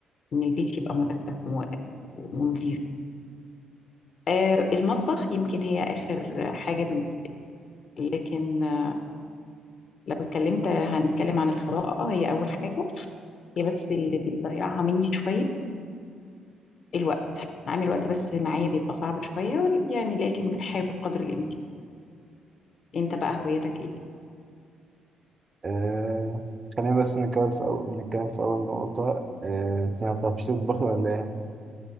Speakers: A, on the left (about 55°); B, on the right (about 30°).
A: إن البيت يبقى مرتب و- ونظيف آه، المطبخ يمكن هي آخر حاجة بالنسبة لي لكن آه، لو اتكلمت هنتكلم عن القراءة هي أول حاجة هي بس اللي بيضيعها مني شوية الوقت عامل وقت بس معايا بيبقى صعب شوية ول- يعني لكن بنحاول قدر الإمكان أنت بقى هوايتك إيه؟
B: آه. خلينا بس نتكلم في أول نتكلم في أول نقطة آه. انت ما بتعرفيش تطبخي ولا ايه